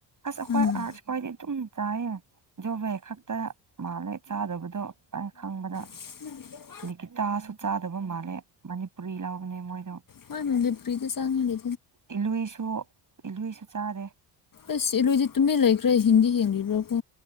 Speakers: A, on the right (about 40°); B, on the left (about 40°).
A: ꯑꯁ ꯑꯩꯈꯣꯏ
B: ꯎꯝ
A: ꯑꯥꯔꯠꯁ ꯈ꯭ꯋꯥꯏꯗꯤ ꯑꯗꯨꯝ ꯆꯥꯏꯌꯦ ꯖꯣꯕꯦ ꯈꯛꯇ ꯃꯥꯜꯂꯦ ꯆꯥꯗꯕꯗꯣ ꯑꯩ ꯈꯪꯕꯗ
B: ꯃꯗ
A: ꯅꯤ ꯒꯤꯇꯥꯥꯁꯨ ꯆꯥꯗꯕ ꯃꯥꯜꯂꯦ ꯃꯅꯤꯄꯨꯔꯤ ꯂꯥꯎꯕꯅꯦ ꯃꯣꯏꯗꯣ
B: ꯍꯣꯏꯦ ꯄꯔꯤꯗꯤ ꯆꯥꯡꯉ ꯂꯤ
A: ꯏꯜꯂꯨꯏꯁꯨ ꯏꯜꯂꯨꯏꯁꯨ ꯆꯥꯗꯦ
B: ꯑꯁ ꯏꯂꯣꯏꯁꯦ ꯇꯨꯃꯦꯦꯟ ꯂꯩꯈ꯭ꯔꯥ ꯍꯤꯡꯗꯤ ꯍꯡꯂꯤꯕ꯭ꯔꯥꯀꯣ